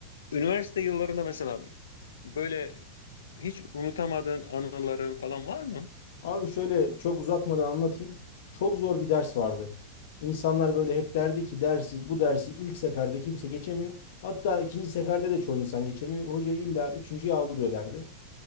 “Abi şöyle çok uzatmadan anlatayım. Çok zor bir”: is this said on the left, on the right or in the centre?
Left